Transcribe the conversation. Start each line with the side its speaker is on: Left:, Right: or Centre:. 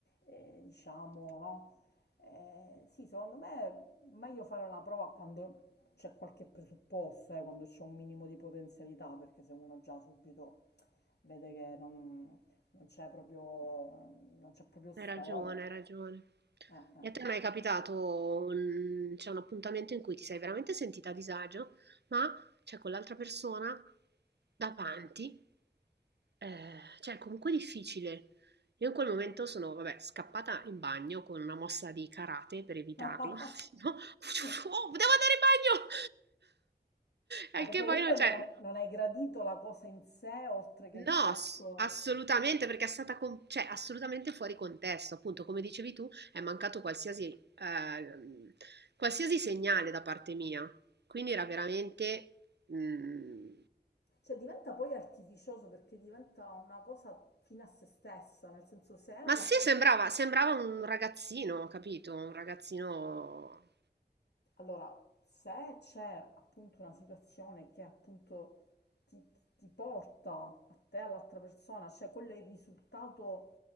Left: eh, diciamo, no? Eh, sì, secondo me ma io farò una prova quando c'è qualche presupposto, eh, quando c'è un minimo di potenzialità, perché se uno già subito vede che non, non c'è proprio, non c'è proprio storia.
Right: hai ragione, hai ragione.
Left: Eh, eh.
Right: E a te mai è capitato un, cioè, un appuntamento in cui ti sei veramente sentita a disagio, ma c'è con l'altra persona davanti? Eh, cioè, comunque difficile. Io in quel momento sono, vabbè, scappata in bagno con una mossa di karate per evitarlo.
Left: <laughs>
Right: <laughs> No? Oh, devo andare in bagno! <laughs>
Left: Ma
Right: E
Left: perché
Right: che
Left: comunque
Right: poi non c'è.
Left: non, ha- non hai gradito la cosa in sé, oltre che
Right: No,
Left: il fatto...
Right: ass- assolutamente, perché è stata con- cioè, assolutamente fuori contesto. Appunto, come dicevi tu, è mancato qualsiasi, eh, qualsiasi segnale da parte mia. Quindi era veramente... mm,
Left: Cioè diventa poi artificioso perché diventa una cosa fine a se stessa, nel senso se è
Right: Ma
Left: la,
Right: sì, sembrava, sembrava un ragazzino, capito? Un ragazzino
Left: Allora, se c'è appunto una situazione che appunto ti, ti porta a te, all'altra persona, cioè quello è il risultato